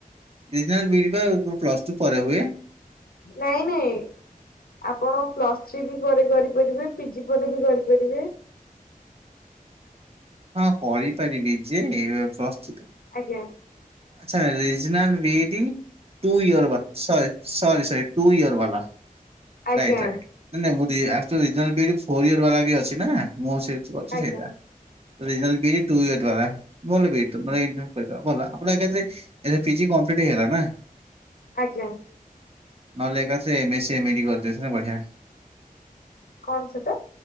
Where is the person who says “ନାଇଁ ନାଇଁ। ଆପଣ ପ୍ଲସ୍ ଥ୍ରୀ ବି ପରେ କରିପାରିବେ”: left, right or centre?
Left